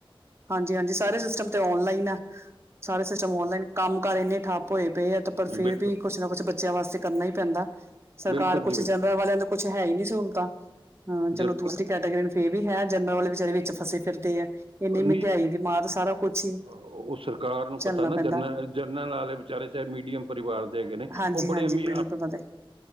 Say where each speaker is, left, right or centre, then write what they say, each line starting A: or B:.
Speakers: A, on the right (about 30°); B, on the right (about 70°).
A: ਹਾਂਜੀ-ਹਾਂਜੀ, ਸਾਰੇ ਸਿਸਟਮ ਤੇ ਔਨਲਾਈਨ ਆ! ਸਾਰੇ ਸਿਸਟਮ ਔਨਲਾਈਨ, ਕੰਮ ਕਾਰ ਇੰਨੇ ਠੱਪ ਹੋਏ ਪਏ ਆ। ਪਰ
B: ਬਿਲਕੁਲ
A: ਫੇਿਰ ਵੀ, ਕੁਛ ਨਾ ਕੁਛ ਬੱਚਿਆਂ ਵਾਸਤੇ, ਕਰਨਾ ਹੀ ਪੈਂਦਾ ਸਰਕਾਰ
B: ਬਿਲਕੁਲ ਜੀ
A: ਕੁਛ
B: ਬਿਲਕੁਲ
A: ਜਨਰਲ, ਵਾਲਿਆਂ ਦਾ ਕੁੱਛ ਹੈ ਹੀ ਨਹੀਂ। ਸਹੂਲਤਾਂ, ਹਾਂ
B: ਜਨਰਲ
A: ਚਲੋ ਦੂਸਰੀ ਕੈਟੇਗਰੀ ਨੂੰ ਫੇਰ ਵੀ ਹੈ, ਜਨਰਲ ਵਾਲੇ ਵਿਚਾਰੇ, ਵਿੱਚ ਫਸੇ ਫਿਰਦੇ ਅ ਇੰਨੀ ਮਹਿੰਗਾਈ
B: ਨਹੀਂ
A: ਦੀ ਮਾਤ, ਸਾਰਾ ਕੁਛ ਹੀ!
B: ਉਹ ਸਰਕਾਰ ਨੂੰ ਪਤਾ
A: ਝੱਲਣਾ
B: ਨਾ
A: ਪੈਂਦਾ
B: ਜਰਨਲ, ਜਰਨਲ ਵਾਲੇ ਵਿਚਾਰੇ ਚਾਹੇ, ਮੀਡੀਅਮ ਪਰਿਵਾਰ ਦੇ ਹੈਗੇ ਨੇ,
A: ਹਾਂਜੀ-ਹਾਂਜੀ
B: ਉਹ ਬੜੇ ਅਮੀ
A: <unintelligible> <inaudible>